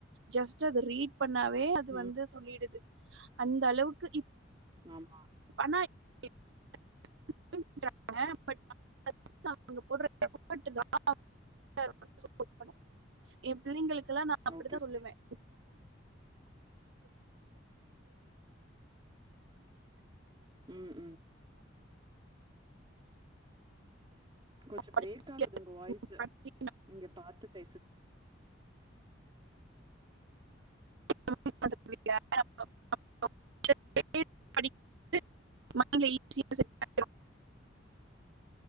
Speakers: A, on the right (about 65°); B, on the right (about 25°).
A: ஜஸ்ட் அது ரீட் பண்ணாவே அது
B: ம்.
A: வந்து சொல்லிடுது அந்த அளவுக்கு
B: ஆமா
A: இப்ப ஆனா <unintelligible> ஆ பட் <unintelligible> அவங்க போட்ற ஃபோர்ட்டு தா <unintelligible> எ பிள்ளைகளுக்குல்ல நா அப்டித்தா
B: ஓகே,
A: சொல்லுவே
B: ஓகே.
A: <inaudible>
B: ம் ம் கொஞ்ச
A: படிச்சு
B: பிரேக் ஆகுது உங்க வாய்ஸ்சு
A: படிச்சு
B: இங்க பாத்து பேசு
A: <inaudible> <inaudible>